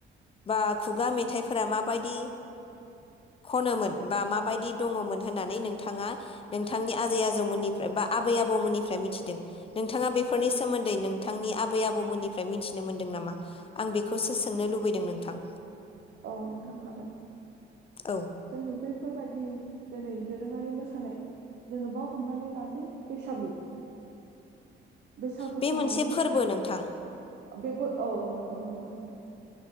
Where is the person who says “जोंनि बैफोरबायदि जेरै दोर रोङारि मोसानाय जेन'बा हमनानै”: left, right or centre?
Right